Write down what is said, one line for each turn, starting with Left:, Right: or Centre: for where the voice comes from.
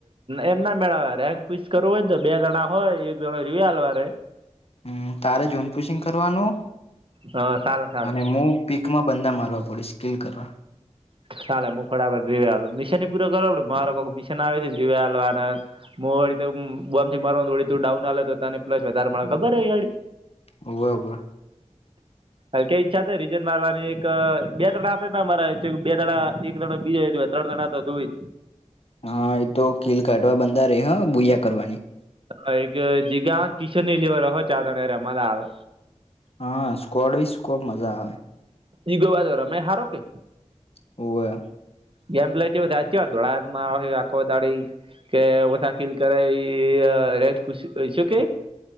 Right: એમ ના મેળ આવે રેમ પીચ કરવું હોય ને તો બે જણા હોય. પેલો રીઆલવારે.
Left: હમ્મ તારે જૂનપુસિંગ કરવાનું
Right: હા ચાલે ચાલે
Left: અને હું. પીકમાં બંદા મારવા પડસે કીલ કરવા.
Right: ચાલે હું ફળબર રીવાલો મિશન પૂરો કરાવડ મારે કોઈક મિશન આવે ને રીવાલાર. મુ વળી તો બોમ થી મારવાળી તું ડાઉન આવે તો તને પ્સ વધારે મળે ખબર હોય.
Left: હોવે હોવે.
Right: હ કે ઈચ્છા કે રિજન મારાની એક બે જણા હતા ને મારા બે જણા એક જણા બીયાય ને. ત દણા દ હોઈ.
Left: હા એ તો કીલ કાઢવા બંધા રે હ ભૂયા કરવાની.
Right: એક જીગા કિશન ની લેવા હો ચારના મજા આવે.
Left: હા સ્કોડ બી સ્કોબ મજા આવે
Right: ઈગલો પાસો રમે હારો કે.
Left: હોવે.
Right: ગેમ પ્લે કેવું થાય આજ કેવા ધોળાયા આખો દાડી. કે ઓછા કીલ કરે ઈ રેલ કુસી શું કે ઈ.